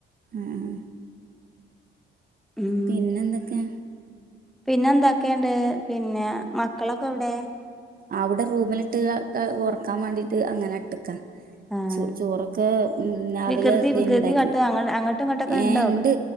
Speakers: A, on the right; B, in the centre.
A: ആഹ്
B: ഉം
A: പിന്നെന്തൊക്കെ
B: പിന്നെ എന്തൊക്കെണ്ട് പിന്നെ മക്കളൊക്കെ എവിടെ
A: അവിടെ റൂമിലിട്ട് ഉറക്കാൻ വേണ്ടിട്ട് അങ്ങനെ ഇട്ട്ക്കാ
B: ആ
A: ചു ചോറൊക്കെ ഉം രാവിലെ
B: വികൃതി
A: തേഞ്ഞി
B: വികൃതി
A: ഇണ്ടാക്കിന്
B: കാട്ട് അങ്ങ അങ്ങോട്ടും ഇങ്ങോട്ടൊക്കെ
A: ഏഹ്
B: ഉണ്ടാവും
A: ഇണ്ട്